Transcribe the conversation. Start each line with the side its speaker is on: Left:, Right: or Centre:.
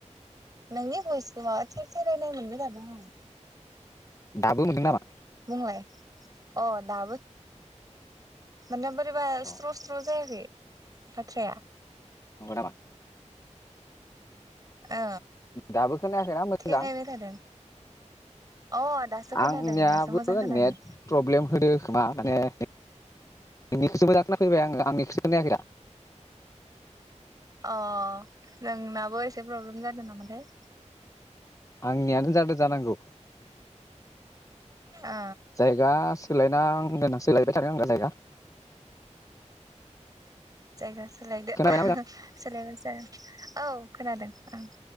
Right: नोंनि भयसफोरआ थेर थेराइनाय मोनदों आरो ना आं।
Left: दाबो मोनदों नामा?
Right: बुंलाय अ दाबो मोन्नोबोथ रिबास
Left: अ
Right: स्र स्र जायाखै। बाथ्राया।
Left: नंग नामा
Right: ओ
Left: दाबो खोनायाखैना मोजां
Right: थेरायबाय थादों अ दासो खोनादों
Left: आंनियाबो
Right: दासो मोजां खोनादों
Left: नेट प्रब्लेम होदो खोमा माने नोंनिखोसो मोजां खोनाफैबाय आंङो आंनिखोसो खोनायाखैदा ।
Right: अ नोंनाबो एसे प्रब्लेम जादों नामाथाय
Left: आंनियानो जादो जानांगौ।
Right: ओ
Left: जायगा सोलायनां गोनां सोलाय बे थादों आंना जायगा
Right: जायगा। सोलायदो
Left: खोनाबायना
Right: ओहो
Left: मोजां
Right: सोलायबायसो जागोन औ खोनादों। ओं